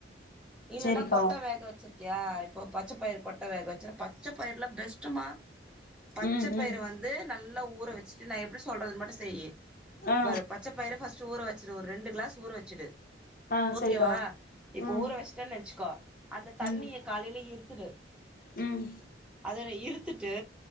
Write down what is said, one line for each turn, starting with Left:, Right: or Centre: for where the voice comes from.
Centre: இல்லன்னா
Left: செரிக்கா
Centre: கொட்ட வேக வச்சிருக்கியா இப்போ பச்ச பயிர் கொட்ட வேக வச்சுன்னா பச்ச பயிர்லா பெஸ்டுமா பச்ச
Left: ம்
Centre: பயிர
Left: ம்
Centre: வந்து நல்லா ஊற வச்சுட்டு நா எப்டி சொல்றதுன் மட்டு செய்யி
Left: ஆ
Centre: பாரு பச்சப்பயிர ஃபஸ்ட்டு ஊற வெச்சிரு ஒரு ரெண்டு க்ளாஸ் ஊர வெச்சிடு
Left: ஆ
Centre: ஓகேவா
Left: செரிக்கா
Centre: இப்ப
Left: ம்
Centre: ஊற வச்டன் வச்சுக்கோ அந்த தண்ணிய
Left: ம்
Centre: காலையில இருத்துடு
Left: ம்
Centre: அதல இருத்துட்டு